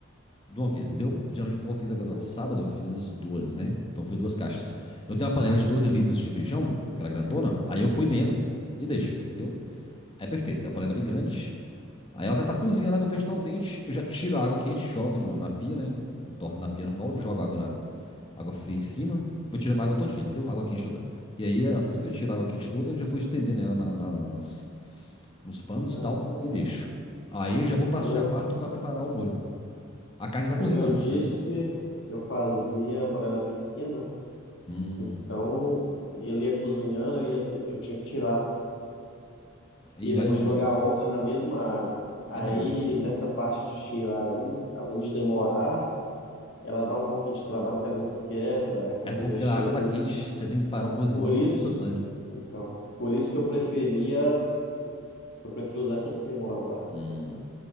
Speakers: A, on the left; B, on the left.
A: de uma vez, entendeu? Geralmente eu fiz agora
B: Uhum.
A: sábado, eu fiz duas, né? Então foi duas caixas. Eu tenho uma panela de 12 litros de feijão, aquela grandona, aí eu ponho dentro e deixo, entendeu? É perfeito. É a panela é bem grande. Aí ela tá cozinhando, ela que eu vejo que tá o dente, eu já tiro a água quente, jogo na, na pia, né? Torno na pia normal, eu jogo a água, na- água fria em cima e vou tirando a água todinha, entendeu? A água quente toda. E aí, assim que eu tiro a água quente toda, eu já vou estendendo ela na- na- nas, nos panos
B: Ah,
A: e tal, e deixo. Aí eu já vou partir
B: como
A: já
B: eu,
A: parto para preparar o molho. A carne já tá
B: Como
A: cozida
B: eu
A: antes,
B: disse,
A: né?
B: eu fazia quando era pequena,
A: Hum,
B: então ele ia cozinhando, eu, ia te- eu tinha que tirar
A: aí
B: e depois
A: vai. em-
B: jogar outra na mesma água. Aí,
A: Aí demora demais.
B: nessa parte de tirar aí, além de demorar, ela dá um pouquinho de trabalho que às vezes quebra, é ruim
A: É porque
B: de mexer,
A: a água
B: por
A: tá quente,
B: isso,
A: você tem que parar o cozimento
B: por isso,
A: instantâneo.
B: então, por isso que eu preferia, eu prefiro usar essa sêmola agora.
A: Hum,